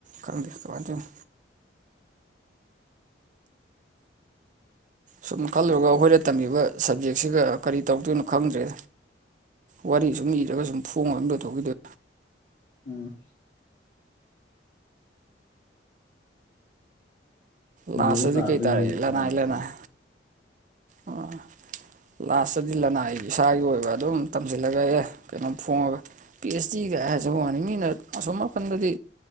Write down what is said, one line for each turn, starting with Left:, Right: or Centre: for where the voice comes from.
Right: ꯈꯪꯗꯦ ꯀꯃꯥꯏꯅ ꯇꯧꯅꯣ ꯁꯨꯝ ꯈꯜꯂꯨꯔꯒ ꯑꯩꯈꯣꯏꯅ ꯇꯝꯃꯤꯕ ꯁꯕꯖꯦꯛꯁꯤꯒ ꯀꯔꯤ ꯇꯧꯗꯣꯏꯅꯣ ꯈꯪꯗ꯭ꯔꯦ ꯋꯥꯔꯤ ꯁꯨꯝ ꯏꯔꯒ ꯁꯨꯝ ꯐꯣꯡ ꯑꯗ ꯇꯧꯈꯤꯗꯕ
Left: ꯎꯝ ꯁꯤꯗ
Right: ꯂꯥꯁꯇꯗꯤ
Left: ꯇꯥꯔꯛꯇꯣꯏꯅꯤꯅꯦ
Right: ꯀꯩ ꯇꯔꯦ ꯂꯅꯥꯏ
Left: ꯂꯥꯁꯇ
Right: ꯂꯅꯥꯏ ꯑꯣ ꯂꯥꯁꯇꯗꯤ ꯂꯅꯥꯏ ꯏꯁꯥꯒꯤ ꯑꯣꯏꯕ ꯑꯗꯨꯝ ꯇꯝꯁꯤꯜꯂꯒ ꯑꯦ ꯀꯩꯅꯣꯝ ꯐꯣꯡꯉꯒ ꯄꯤ ꯑꯩꯆ ꯗꯤ ꯀꯥꯏ ꯍꯥꯏꯔꯁꯨ ꯋꯥꯅꯤꯡꯉꯤꯅ ꯑꯁꯣꯝ ꯅꯥꯄꯟꯗꯗꯤ